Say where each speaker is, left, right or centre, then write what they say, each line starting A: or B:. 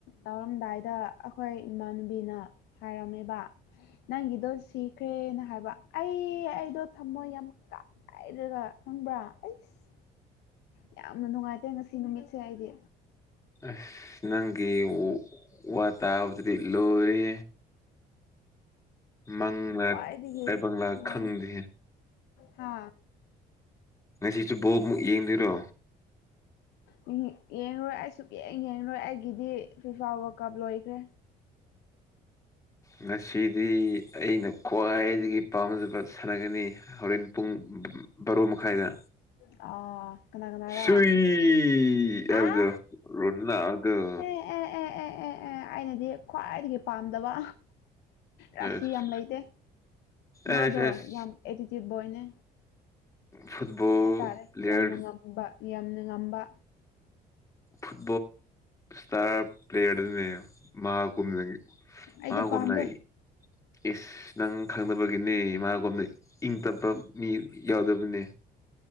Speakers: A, on the left; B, on the left.
A: ꯇꯧꯔꯝꯗꯥꯏꯗ ꯑꯩꯈꯣꯏ ꯏꯃꯥꯟꯅꯨꯕꯤꯅ ꯍꯥꯏꯔꯝꯃꯦꯕ ꯅꯪꯒꯤꯗꯣ ꯁꯤꯈ꯭ꯔꯦꯅ ꯍꯥꯏꯕ ꯑꯩ ꯑꯩꯗꯣ ꯊꯝꯃꯣ ꯌꯥꯝ ꯍꯥꯏꯔꯒ ꯈꯪꯕ꯭ꯔꯥ ꯑꯩꯁ ꯌꯥꯝꯅ ꯅꯨꯡꯉꯥꯏꯇꯦ ꯉꯁꯤ ꯅꯨꯃꯤꯠꯁꯦ ꯑꯩꯗꯤ
B: ꯑꯁ ꯅꯪꯒꯤ ꯋꯥ ꯇꯕꯔꯤ ꯂꯣꯔꯦ ꯃꯪꯅ
A: ꯈ꯭ꯋꯥꯏꯗꯒꯤ
B: ꯇꯥꯏꯕꯪꯅ
A: ꯅꯨꯡꯉꯥꯏ
B: ꯈꯪꯗꯦ
A: ꯍꯥ
B: ꯉꯁꯤꯁꯨ ꯕꯣꯜ ꯃꯨꯛ ꯌꯦꯡꯗꫭꯏꯔꯣ
A: <inaudible> ꯌꯦꯡꯉꯔꫭꯏ ꯑꯩꯁꯨꯛ ꯌꯦꯡ ꯌꯦꯡꯉꯔꯣꯏ ꯑꯩꯒꯤꯗꯤ ꯐꯤꯐꯥ ꯋꯥꯔꯜ ꯀꯞ ꯂꯣꯏꯈ꯭ꯔꯦ
B: ꯉꯁꯤꯗꯤ ꯑꯩꯅ ꯈ꯭ꯋꯥꯏꯗꯒꯤ ꯄꯥꯝꯖꯕ ꯁꯟꯅꯥꯒꯅꯤ ꯍꯣꯔꯦꯟ ꯄꯨꯡ ꯕꯥꯔꯣ ꯃꯈꯥꯏꯗ
A: ꯑꯥ ꯀꯅꯥ ꯀꯅꯥꯔꯥ
B: ꯁꯨꯏ ꯌꯥꯎꯗꯣ
A: ꯑꯥ
B: ꯔꯣꯅꯥꯜꯗꫭ
A: ꯑꯦ ꯑꯦ ꯑꯦ ꯑꯦ ꯑꯦ ꯑꯦ ꯑꯩꯅꯗꯤ ꯈ꯭ꯋꯥꯏꯗꯒꯤ ꯄꯥꯝꯗꯕ ꯔꯥꯁꯤ
B: ꯑꯦꯁ
A: ꯌꯥꯝ ꯂꯩꯇꯦ ꯃꯥꯗꯣ
B: ꯑꯦꯁ ꯑꯦꯁ
A: ꯌꯥꯝ ꯑꯦꯇꯤꯇ꯭ꯌꯨꯠ ꯕꯣꯏꯅꯦ
B: ꯐꯨꯠꯕꯣꯜ
A: ꯍꯥꯏꯇꯥꯔꯦ
B: ꯄ꯭ꯂꯦꯌꯔ
A: ꯌꯥꯝꯅ ꯉꯝꯕ ꯌꯥꯝꯅ ꯉꯝꯕ
B: ꯐꯨꯠ ꯕꫭꯜ ꯄ꯭ꯂꯦꯌꯔ ꯗꯅꯦ ꯃꯥ ꯀꯨꯝꯅ
A: ꯑꯩꯗꯤ
B: ꯃꯥ
A: ꯄꯥꯝꯗꯦ
B: ꯀꯨꯝꯅꯏ ꯑꯤꯁ ꯅꯪ ꯈꯪꯗꯕꯒꯤꯅꯦ ꯃꯥꯒꯨꯝꯅ ꯏꯪ ꯇꯞꯄ ꯃꯤ ꯌꯥꯎꯗꯕꯅꯦ